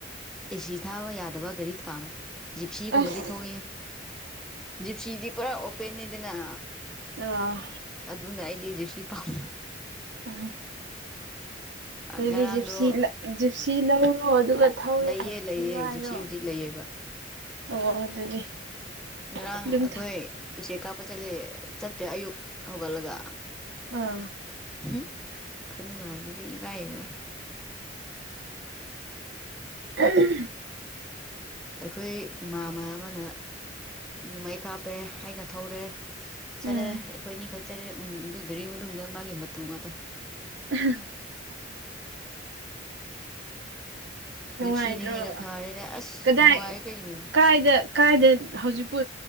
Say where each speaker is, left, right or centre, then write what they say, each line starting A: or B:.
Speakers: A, in the centre; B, on the right.
A: ꯑꯦꯁꯤ ꯊꯥꯕ ꯌꯥꯗꯕ ꯒꯥꯔꯤ ꯄꯥꯝꯃꯦ ꯖꯤꯞꯁꯤꯒꯨꯝꯕꯗꯤ
B: ꯑꯁ
A: ꯊꯣꯛꯏ ꯞꯁꯤꯗꯤ ꯄꯨꯔ ꯑꯣ ꯄꯦꯅꯤꯗꯅ
B: ꯑꯥ
A: ꯑꯗꯨꯅ ꯑꯩꯗꯤꯦꯖꯦ ꯁꯤ ꯄꯥꯝ
B: ꯑ ꯑꯗꯨꯗꯤ
A: ꯉꯔꯥꯡꯗꯣ
B: ꯖꯤꯞꯁꯤ ꯖꯤꯞꯁꯤ ꯂꯧꯔꯣ ꯑꯗꯨꯒ ꯊꯧꯔꯣ
A: ꯂꯩꯑ ꯂꯩꯑ
B: ꯋꯥꯔꯣ
A: ꯁꯤꯕꯨꯨꯖꯤꯛ ꯂꯩꯑꯕ
B: ꯑꯣ ꯑꯗꯨꯗꯤ
A: ꯉꯔꯥꯡ
B: ꯑꯗꯨꯝ
A: ꯑꯩꯈꯣꯏ__ ꯏꯆꯦ ꯀꯥꯞꯄ ꯆꯠꯂꯦ ꯆꯠꯇ꯭ꯔꯦ ꯑꯌꯨꯛ ꯍꯧꯒꯠꯂꯒ
B: ꯑꯥ
A: ꯎꯝ ꯈꯨꯅꯨꯝꯉꯥ ꯑꯗꯨꯗꯤ ꯏꯕꯥꯏꯕ
B: ꯎ
A: ꯑꯩꯈꯣꯏꯃꯥꯃ ꯑꯃꯅ ꯅꯣꯡꯃꯥꯏ ꯀꯥꯞꯄꯦ ꯍꯥꯏꯅ ꯊꯧꯔꯦ ꯆꯠꯂꯦ
B: ꯎꯝ
A: ꯑꯩꯈꯣꯏꯅꯤ ꯈꯛ ꯆꯠꯦ ꯎꯝ ꯑꯗꯨ ꯘꯔꯤ ꯃꯅꯨꯡꯗ ꯃꯥꯒꯤ ꯃꯇꯨ ꯉꯥꯛꯇ
B: <unintelligible> ꯅꯨꯡꯉꯥꯏꯇ꯭ꯔꯣ
A: ꯖꯤꯞꯁꯤꯅ ꯍꯦꯟꯅ ꯐꯔꯦꯗ ꯑꯁ
B: ꯀꯗꯥꯏ
A: ꯅꯨꯡꯉꯥꯏ ꯀꯩꯅꯣ
B: ꯀꯥꯏꯗ__ ꯀꯥꯏꯗ ꯍꯧꯖꯤꯛꯄꯨ